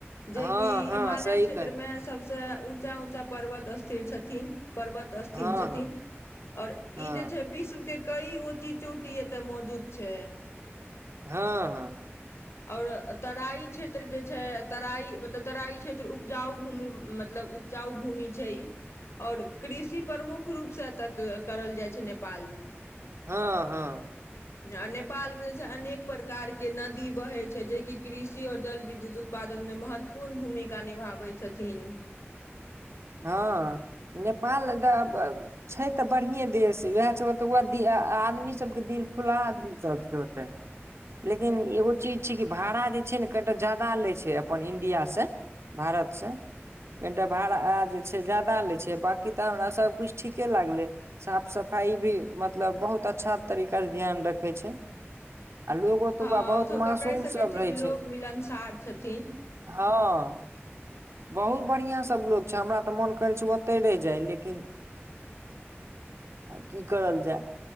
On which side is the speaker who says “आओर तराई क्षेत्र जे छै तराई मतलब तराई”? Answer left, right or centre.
Left